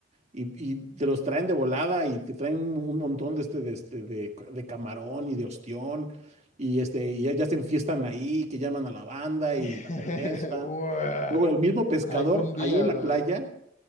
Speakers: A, on the right; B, on the left.
A: y, y te los traen de volada y te traen un, un montón de este, de este, de, de camarón y de ostión, y este, y ya, ya se enfiestan ahí, que llaman a la banda y
B: <laughs>
A: la cerveza.
B: Uah,
A: Luego el mismo pescador
B: Algún día,
A: ahí en la
B: brother.
A: playa,